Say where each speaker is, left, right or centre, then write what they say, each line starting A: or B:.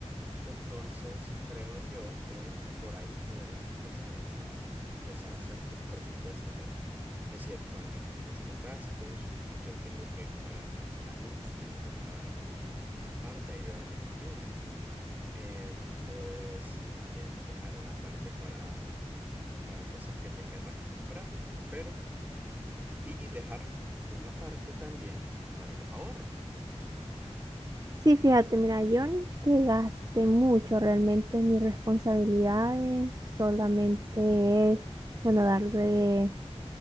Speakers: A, on the right; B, on the right.
A: Entonces, creo yo que por ahí podrías empezar, o sea, empezar a hacer tus presupuestos, ¿verdad? Decir, bueno, yo tengo estos gastos, yo tengo que pagar la luz, tengo que pagar una parte, ayudar a mi familia. Eh, puedes también dejar una parte para, para cosas que te querrás comprar, pero, y dejar una parte también para los ahorros.
B: Sí, fíjate, mira, yo no es que gaste mucho realmente en mis responsabilidades, solamente es, bueno, darle